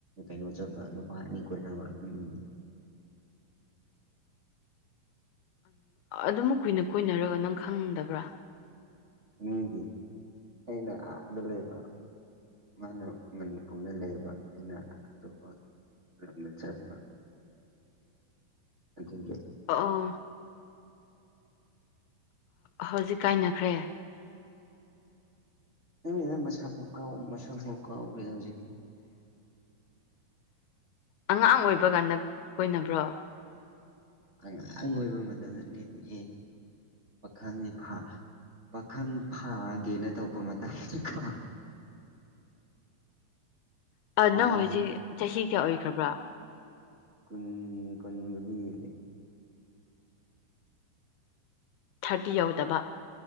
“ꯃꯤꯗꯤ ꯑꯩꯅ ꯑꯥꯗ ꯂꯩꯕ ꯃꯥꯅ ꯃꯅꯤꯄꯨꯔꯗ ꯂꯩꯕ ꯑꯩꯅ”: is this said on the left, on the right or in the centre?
Right